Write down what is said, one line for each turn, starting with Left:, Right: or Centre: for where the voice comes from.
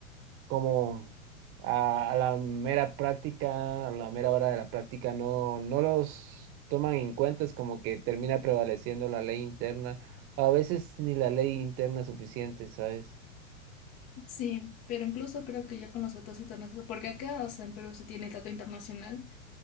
Right: como a, a la mera práctica, a la mera hora de la práctica, no, no los toman en cuenta, es como que termina prevaleciendo la ley interna, a veces ni la ley interna es suficiente, ¿sabes?
Left: Sí, pero incluso creo que ya con los votos internacionales, porque acá, o sea, en Perú se tiene el trato internacional,